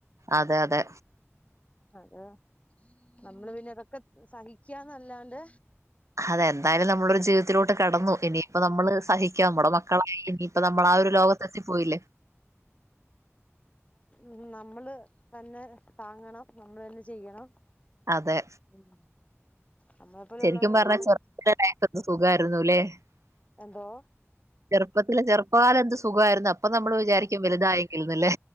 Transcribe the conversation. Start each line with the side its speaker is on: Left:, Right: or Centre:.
Right: അതെ അതെ
Left: അതെ നമ്മള് പിന്നെ അതൊക്ക സഹിക്കാന്നല്ലാണ്ട്
Right: അതെ എന്തായാലും നമ്മളൊരു
Left: ആഹ്
Right: ജീവിതത്തിലോട്ട് കടന്നു ഇനിയിപ്പ നമ്മള്
Left: ആഹ്
Right: സഹിക്ക നമ്മുടെ മ മക്കളായി ഇനി ഇപ്പൊ നമ്മളാ ഒരു ലോകത്തെ എത്തി പോയില്ലേ
Left: ഉം നമ്മള് തന്നെ താങ്ങണം നമ്മൾ തന്നെ ചെയ്യണം
Right: അതെ
Left: ഉം നമ്മളെ പോലെയുള്ളവരൊക്കെ
Right: ശരിക്കും പറഞ്ഞാ
Left: എന്തൊക്കെ
Right: ചെറുപ്പ തന്നാര്ന്നാ ന്ത് സുഖമായിരുന്നുല്ലേ
Left: എന്തോ
Right: <inaudible> ചെറുപ്പത്തില് ചെറു വരെന്ത് സുഖായിരുന്നു ഇപ്പൊ നമ്മള് വിചാരിക്കും വലുതായെങ്കിൽന്നല്ലേ